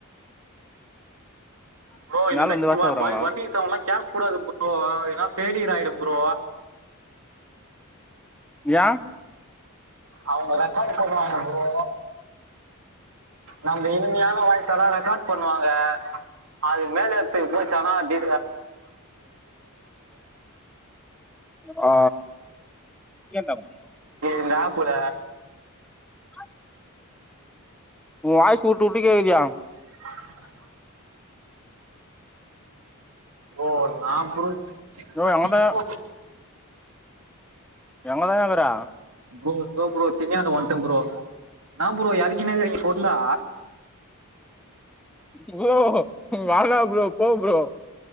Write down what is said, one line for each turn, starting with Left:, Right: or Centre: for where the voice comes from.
Right: ப்ரோ இந்த
Centre: மேல இருந்து வாச்சா
Right: <unintelligible>
Centre: வராங்களா
Right: கூடாது ப்ரோ ஏனா ஃபேலியர் ஆயிடும் ப்ரோ
Centre: யா
Right: அவுங்க ரெக்காடு பண்ணுவாங்க ப்ரோ நம்ப இனிமையான வாய்ஸல்லா ரெக்கார்ட் பண்ணுவாங்க அது மேலெடத்துக்கு போச்சானா டி
Centre: ஆ எந்த <unintelligible>
Right: ங்கடாப்பொற
Centre: அ உன் வாய்ஸ் வுட்டு வுட்டு கேக்குதே
Right: <inaudible> ப்ரோ நா ப்ரோ <unintelligible>
Centre: ப்ரோ எங்கதா
Right: <inaudible>
Centre: எங்கதாயகிர
Right: ப்ரோ தோ ப்ரோ தினயாண்ட வன்ட ப்ரோ நான் ப்ரோ இறக்கினேக்கிறீங்க போருலா
Centre: ப்ரோ வேனா ப்ரோ போ ப்ரோ